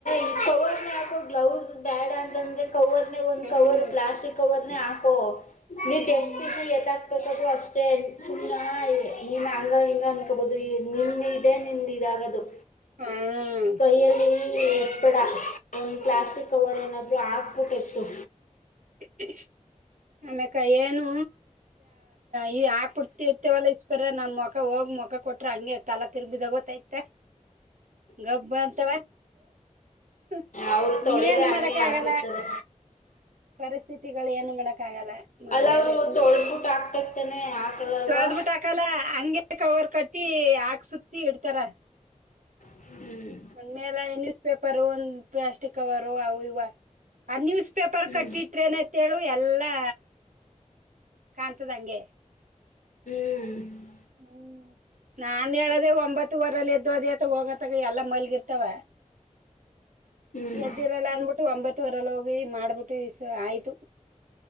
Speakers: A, on the left; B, on the right.
A: ಈ ಕವರ್ನ ಹಾಕೋ ಗ್ಲೌಸ್ ಬ್ಯಾಡ ಅಂತಂದ್ರೆ ಕವರ್ ಒಂದು
B: ಹ್ಮ್
A: ಕವರ್ ಪ್ಲಾಸ್ಟಕ್ ಕವರ್ ಹಾಕೋ ನೀ
B: ಹ್ಮ್
A: ಡೆಸ್ಟ್ಬ ದು ಅಷ್ಟೇ ಚು ನಿನ್ ಅಂಗ ಇ ಅನ್ಕಬಹುದು ನಿನ್ ಇದೆ ನಿನ್ ಇದಾಗದು
B: ಹ್ಮ್
A: ಕೈ ಅಲ್ಲಿ ಎಪ್ಪಡ ಒಂದು ಪ್ಲಾಸ್ಟಿಕ್ ಕವರ್ ಏನಾದರೂ ಹಾಕ್ಬಿಟ್ಟೆತ್ತುು
B: <inaudible> <unintelligible> ಆಮ್ಯೇಕ ಏನು ಈ ಹಾಕ್ಬಿಡ್ತಿರ್ತೇವಲ್ಲ ಇಸ್ಪರ ನನ್ ಮಕ ಹೋಗ ಮುಖ ಕೊಟ್ರ ಹಂಗೆ ತಲಾ ತಿರ್ಬಿ ತಗೋತೈತೆ ಗಬ್ಬ ಅಂತವ <inaudible> <unintelligible>
A: ಅವರು ತೊಳಿದೆ
B: ಇನ್ನೇನು
A: ಹಂಗೆ
B: ಮಾಡಕ್
A: ಯಾಕಿರ್ತಾರೆ
B: ಆಗಲ್ಲ ಪರಿಸ್ಥಿತಿಗಳು ಏನು ಮಾಡಡಕ್ ಆಗಲ್ಲ ಮಾಡ್ಲೇಬೇಕು
A: ಅಲ್ಲ ಅವರು ತೊಳೆದ್ಬಿಟ್ಟು ಹಾಕ್ಬೇಕ್ ತಾನೆ ಹಾಕಲ್ಲ ಅಲ್ವಾ
B: ಸದ್ ಬಿಟ್ಟ ಹಾಕಲ್ಲ ಹಂಗಗೆ ಕವರ್ ಕಟ್ಟಿ ಹಾಕ್ ಸುತ್ತಿ ಇಡ್ತಾರ
A: ಹ್ಮ್
B: ಒಂದ ಮೇಲೆ ನ್ಯೂಸ್ ಪೇಪರ್ ಒಂದ್ ಪ್ಲಾಸ್ಟಿಕ್ ಕವರು ಅವು ಇವ ಆ ನ್ಯೂಸ್ ಪೇಪರ್
A: ಹ್ಮ್
B: ಕಟ್ಟಿಟ್ರ ನತ್ತೇಳು ಎಲ್ಲಾ ಕಾಣ್ತದಂಗೆ
A: ಹ್ಮ್
B: ಹ್ಮ ನಾನ್ ಹೇಳದೆ ಒಂಬತ್ತು ವರಲ್ಲಿ ಎದ್ದ ಅದತ ಹೋಗತ್ತಗ ಎಲ್ಲಾ ಮಲ್ಗಿರ್ತವ
A: ಹ್ಮ್
B: ಎದ್ದಿರಲ್ಲ ಅನ್ಬಿಟ್ಟು ಒಂಬತ್ತ ವರಲ್ ಹೋಗಿ ಮಾಡ್ಬಿಟ್ಟು ಆಯ್ತು